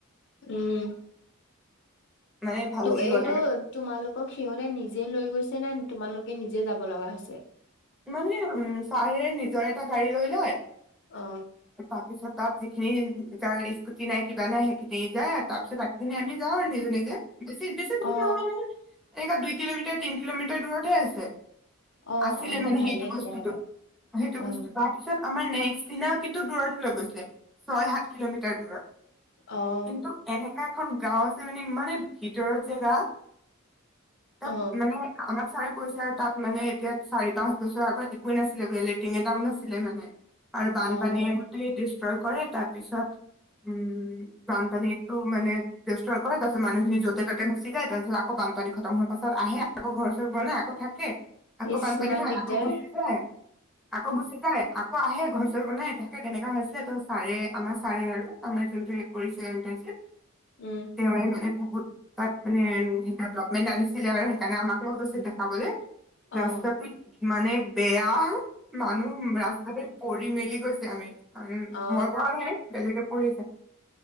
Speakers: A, on the left; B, in the centre.
A: উম
B: মানে ভাল
A: ত
B: লাগি
A: এইটো
B: গ'ল
A: তোমালোকক সিহঁতে নিজে লৈ গৈছে। নাই তোমালোকে নিজে যাব লগা হৈছে?
B: মানে উ ছাৰে নিজৰ এটা গাড়ী লৈ লয়।
A: অ।
B: তাৰপিছত তাত যিখিনি য স্কুটি নাই কিবা নাই সেইখিনি যায় আৰু তাৰপিছত আগদিনে আম যাওঁ নিক নকে বেছি বেছি
A: অ
B: দূৰ নহোৱা নাই। এনেকা দুই কিলোমিটাৰ তিন কিলোমিটাৰ দূৰতহে আছে।
A: অ
B: আছিলে
A: অ
B: মানে
A: ভালেই
B: সেইটো
A: তেতিয়াহ'লে
B: বস্তুতটো সেইটো
A: অ।
B: বস্তু তাৰপিছত আমাৰ নেক্সট দিনা কিন্তু দূৰত লৈ গৈছিলে ছয় সাত কিলোমিটাৰ দূৰত।
A: অঁহ্‌
B: কিন্তু এনেকা এখন গাওঁ আছে মানে ইমানে ভিতৰৰ জেগা, তাত
A: অ
B: মানে আমাৰ ছাৰে কৈছে, তাত মানে এতিয়া চাৰি -পাঁচ বছৰ আগত একোৱে নাছিলে বোলে। লেটিং এটাও নাছিলে মানে আৰু বানপানীয়ে
A: অ
B: গোটেই ডেষ্ট্ৰয় কৰে, তাৰপিছত উম, বানপানীয়েটো মানে ডেষ্ট্ৰয় কৰে, তাৰপিছত মানুহখিনি য'তে -ত'তে ঘুচি যায়। তাৰপিছত আকৌ বা বানপানী খটম হোৱাৰ পাছত আহে। আকৌ ঘৰ বনায় আকৌ থাকে, আকৌ
A: ইচ
B: বানপানী
A: ইমান
B: হ'য়
A: দিগদাৰ।
B: আকৌ গুচি যায়, আকৌ গুচি যায়, আক্ কৌ আহে ঘৰ-চৰ বনায়। তাকে তেনেকা হৈছিলে। ত ছাৰে, আমাৰ ছাৰে আৰু আমাৰ যোনটো হেড পৰিছে এণ্টাৰ্ছিপ
A: উম।
B: তেওঁৱে মানে বহুত, তাত মানে হেডদাডবমেন্ট আনিছিলে বাৰু সেইকাৰণে আমাকো লৈ গৈছে দেখাবলে।
A: অ
B: ৰাস্তাটো ইমানে বেয়া মানুহ ৰাস্তাতে পৰি মেলি গৈছে। যে আমি আমিৰ
A: অ
B: মই পঢ়া নাই বেলেগে পঢ়িছে।